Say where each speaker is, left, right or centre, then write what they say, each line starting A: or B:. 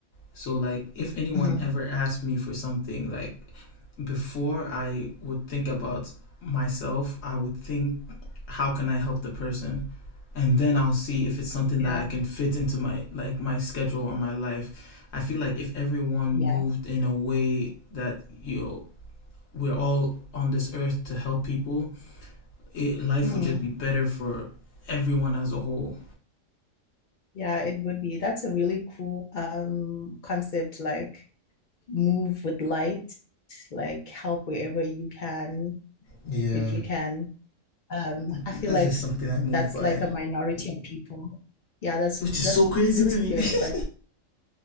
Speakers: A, on the left (about 75°); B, on the left (about 55°).
A: So like, if anyone
B: Mhm.
A: ever asked me for something, like before I would think about myself, I would think, how can I help the person? and then I'll see if it's something
B: Yeah,
A: that I can fit into my like my schedule or my life. I feel like if everyone moved
B: yeah.
A: in a way that you know, we're all on this earth to help people, it, life
B: Mm.
A: would just be better for everyone as a whole.
B: Yeah, it would be. That's a really cool um concept, like move with light, like help wherever you can,
A: Yeah.
B: if you can. Um, I
A: That's
B: feel like
A: just something I move
B: that's
A: by,
B: like a minority of people. Yeah, that's
A: which is
B: that's
A: so crazy
B: really
A: to me.
B: good,
A: <laughs>
B: but